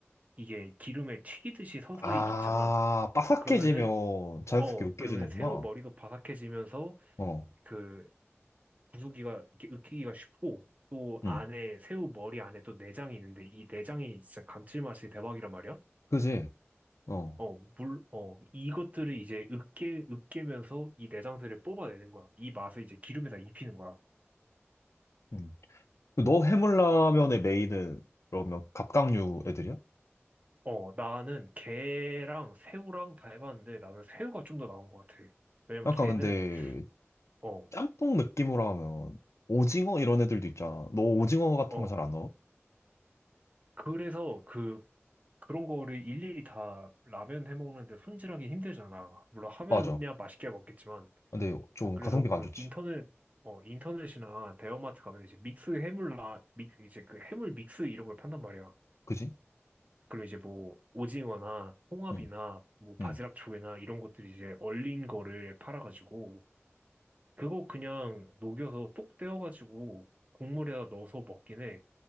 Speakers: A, on the right (about 30°); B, on the left (about 80°).
A: 이게 기름에 튀기듯이 서서히
B: 아,
A: 익잖아.
B: 바삭해지면
A: 그러면은
B: 자연스럽게
A: 어
B: 으깨지는구나.
A: 그러면 새우 머리도 바삭해지면서
B: 어,
A: 그 부수기가 이렇게 익히기가 쉽고 또
B: 응,
A: 안에 새우 머리 안에 또 내장이 있는데 이 내장이 진짜 감칠맛이 대박이란 말이야.
B: 그지? 어,
A: 어, 물, 어, 이것들을 이제 으깨, 으깨면서 이 내장들을 뽑아내는 거야. 이 맛을 이제 기름에다 입히는 거야.
B: 응. 너 해물라면의
A: 어,
B: 메인은 그러면 갑각류 애들이야?
A: 어, 나는 게랑 새우랑 다 해봤는데 나는 새우가 좀 더 나은 것 같아. 왜냐면
B: 약간
A: 게는,
B: 근데
A: 어,
B: 짬뽕 느낌으로 하면 오징어 이런 애들도 있잖아. 너 오징어 같은
A: 어.
B: 거 잘 안 넣어?
A: 그래서 그, 그런 거를 일일이 다 라면 해 먹는데 손질하기 힘들잖아. 물론 하면야
B: 맞아.
A: 맛있게 먹겠지만.
B: 근데 좀
A: 그래서
B: 가성비가
A: 그
B: 안 좋지.
A: 인터넷, 어, 인터넷이나 대형마트 가면 이제 믹스 해물 라, 믹, 이제 그 해물 믹스 이런 걸 판단 말이야.
B: 그지?
A: 그럼 이제 뭐 오징어나 홍합이나
B: 응,
A: 뭐 바지락
B: 응.
A: 조개나 이런 것들이 이제 얼린 거를 팔아가지고 그거 그냥 녹여서 똑 떼어가지고 국물에다 넣어서 먹긴 해.